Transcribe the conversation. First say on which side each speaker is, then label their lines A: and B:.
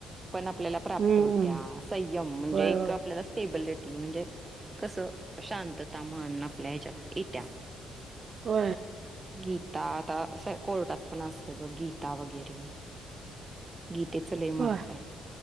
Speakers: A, on the right; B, on the right.
A: पण आपल्याला प्राप्त
B: हम्म.
A: होत्या संयम म्हणजे
B: होय
A: एक
B: होय.
A: आपल्याला स्टेबल रेट म्हणजे कसं शांतता मन आपल्या हच्यात येत्या
B: हो
A: गीता आता अस कोर्टात पण असते बघ गीता वगैरे गीतेच ल
B: होय.
A: महत्व आहे